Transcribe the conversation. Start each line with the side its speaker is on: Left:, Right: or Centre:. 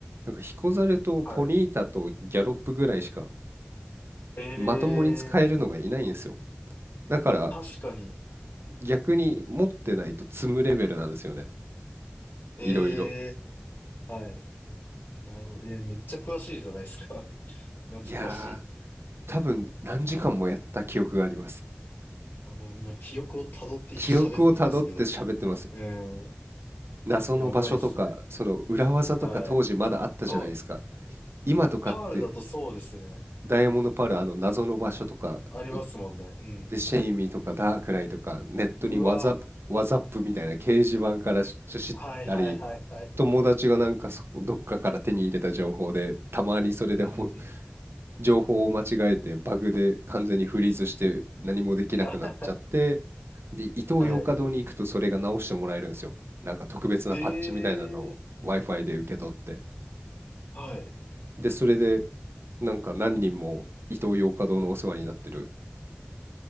Right: なんかヒコザルとポニータとギャロップぐらいしか
Left: はい。ええ
Right: まともに使えるのがいないんですよ。だから
Left: ー、確かに。
Right: 逆に持ってないと積むレベルなんですよね。
Left: え
Right: いろいろ。
Left: えー、はい。なるほど。えー、めっちゃ詳しいじゃないですか。<laughs> 懐かしい。
Right: いやー、多分何時間もやった記憶があります。
Left: あもう今、記憶を辿って喋ってますけど。
Right: 記憶をたどって喋ってます。
Left: うん、
Right: 謎の場所とか、
Left: やばいっすね。
Right: その裏技とか当時まだあったじゃないですか。
Left: はい。あ、
Right: 今とかって
Left: パールだとそうですね。
Right: ダイヤモンドパール、あの、謎の場所とか行っ
Left: ありますもんね。うん。
Right: て、シェイミーとかダークライとか、ネットにワザ、
Left: うわ。
Right: ワザップみたいな掲示板からし知ったり、
Left: はいはいはいはい。
Right: 友達がなんかそこどっかから手に入れた情報で、たまにそれでほ
Left: うん、うん、うん。
Right: 情報を間違えて、バグで完全にフリーズして何もできなくなっちゃって、
Left: <laughs> あは
Right: で、イトーヨーカドーに行くとそれが直してもらえるんですよ。
Left: ははい。
Right: なんか特別なパッチみたいなのを
Left: ええ
Right: Wi-Fi で受け取って。
Left: ー、はい。
Right: で、それで、なんか何人もイトーヨーカドーのお世話になってる